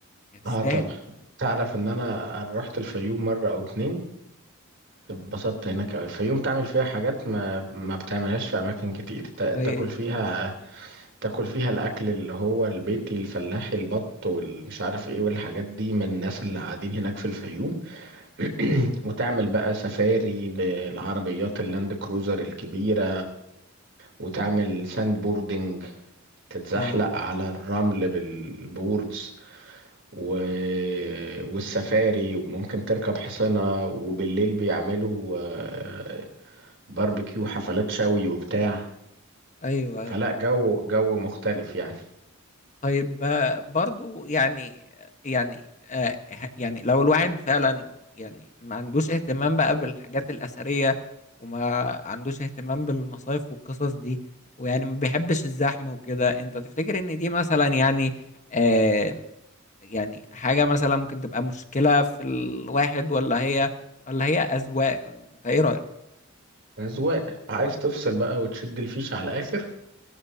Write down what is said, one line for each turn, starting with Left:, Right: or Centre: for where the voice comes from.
Left: هي تستاهل
Right: اه طبعا تعرف ان انا أنا رحت الفيوم مرة او اتنين اتبسطت هناك أوي الفيوم تعمل فيها حاجات ما ما بتعملهاش في اماكن كتير تا-
Left: زي
Right: تاكل
Left: ايه
Right: فيها تاكل فيها الاكل اللي هو البيتي الفلاحي البط والمش عارف ايه والحاجات دي من الناس اللي قاعدين هناك في الفيوم <clears throat> وتعمل بقى سفاري بالعربيات اللاند كروزر الكبيرة وتعمل ساند بوردنج تتزحلق
Left: اه
Right: على الرمل بالبوردز و... والسفاري وممكن تركب حصانة وبالليل بيعملوا آه، باربيكيو حفلات شوي وبتاع
Left: ايوه
Right: فلا
Left: ايوه
Right: جو جو مختلف يعني
Left: طيب آه، برضو يعني يعني آه ه- يعني لو الواحد فعلا يعني ما عندوش اهتمام بقى بالحاجات الأثرية وما عندوش اهتمام بالمصايف والقصص دي ويعني ما بيحبش الزحمة وكده انت تفتكر ان دي مثلا يعني آه يعني حاجة مثلا ممكن تبقى مشكلة في الواحد ولا هي ولا هي أذواق انت ايه رأيك
Right: أذواق عايز تفصل بقى وتشد الفيش على الآخر